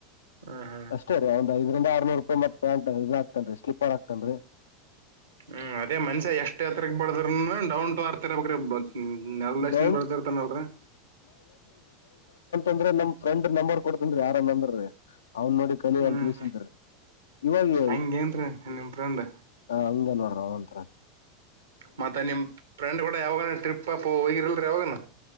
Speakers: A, on the right; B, on the left.
A: ಹ್ಮ್ ಹ್ಮ್
B: ಅಷ್ಟೇ ರೀ ಒಂದ್ ಐದರಿಂದ ನೂರು ರೂಪಾಯಿ ಮತ್ ಪ್ಯಾಂಟ್ ಇದು ಹಾಕ್ತಾನ್ರಿ ಸ್ಲಿಪ್ಪರ್ ಹಕ್ತನ್ರಿ
A: ಹ್ಮ್ ಅದೇ ಮನ್ಷಾ ಎಷ್ಟ್ ಹತ್ರಗ್ ಬಡ್ದ್ರ <unintelligible> <inaudible> ಅ್ರ ನೆಲ್ ದಷ್ಟನ್
B: ಡೌನ್
A: ಬೆಳದಿರ್ತಾನ ಅಲ್ರ <inaudible>
B: ಅಂದ್ರೆ ನಮ್ ಫ್ರೆ್ ನಂಬರ್ ಕೊಡ್ತೀನ್ರೀ ಯಾರಂದಂದ್ರೀ <unintelligible> ಅವನ್ ನೋಡಿ ಕಲಿಯಂತ
A: ಹ್ಮ್
B: ಗೆಸೆಯಿಂದ ಇವಾಗ
A: ಹಂಗೇನ್ರೀ ನಿಮ್ ಫ್ರೆಂಡ್
B: ಹಂಗ ನೋಡ್ರಿ ಅವಂತ ಹ <inaudible>
A: ಮತ್ತೆ ನಿಮ್ ಫ್ರೆಂಡ್ ಕೂಡ ಯಾವಾಗ ಟ್ರಿಪ್ ಪ್ಪ ಹಿರಲ್ರಾವಾಗಣ <inaudible>